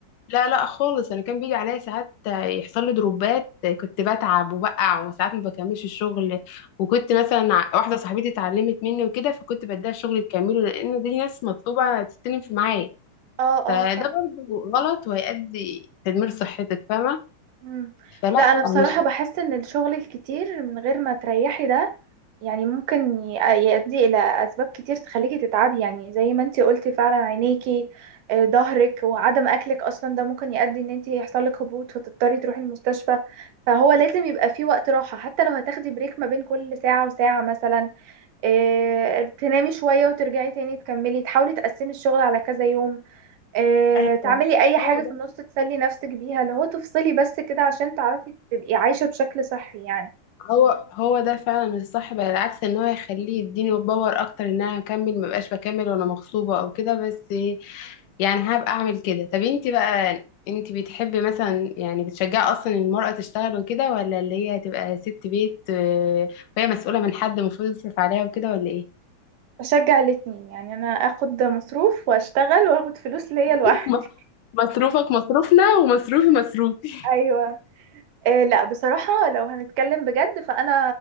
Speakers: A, on the left (about 80°); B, on the right (about 90°).
A: لا لا خالص انا كان بيجي عليا ساعات يحصل لي دروبات كنت بتعب وبقع وساعات ما بكملش الشغل وكنت مثلا ع- واحده صاحبتي اتعلمت مني وكده فكنت بديها الشغل تكمله لان دي ناس مطلوبه تستلم في معايا
B: اه
A: فده
B: اه صح
A: برضه غلط وهيؤدي تدمير صحتك فاهمه
B: مم.
A: فلا
B: لا انا بصراحة
A: مش
B: بحس ان الشغل الكتير من غير ما تريحي ده يعني ممكن ي- آه، يؤدي الى اسباب كتير تخليكي تتعبي يعني زي ما انتي قلتي فعلا عينيكي آه، ظهرك وعدم اكلك اصلا ده ممكن يؤدي ان انتي يحصلك هبوط فتضطري تروحي المستشفى فهو لازم يبقى فيه وقت راحة حتى لو هتاخدي بريك ما بين كل ساعة وساعة مثلا آه، تنامي شوية وترجعي تاني تكملي تحاولي تقسمي الشغل على كذا يوم آه،
A: ايوه
B: تعملي أي حاجة
A: هو
B: في
A: ده
B: النص تسلي نفسك بيها اللي هو تفصلي بس كده عشان تعرفي تبقي عايشة بشكل صحي يعني
A: هو هو ده فعلا الصح بقى العكس ان هو يخليه يديني باور اكتر ان انا اكمل ما بقاش بكمل وانا مغصوبه او كده بس يعني هبقى اعمل كده طب انت بقى انت بتحبي مثلا يعني بتشجعي اصلا المرأة تشتغل وكده ولا اللي هي تبقى ست بيت آه، وهي مسؤولة من حد المفروض يصرف عليها وكده ولا ايه
B: بشجع الاتنين يعني أنا أخد مصروف وأشتغل وأخد فلوس ليا
A: <laughs>
B: لوحدي
A: م- مصروفك مصروفنا ومصروفي مصروفي
B: <laughs> أيوة إيه لا بصراحة لو هنتكلم بجد فأنا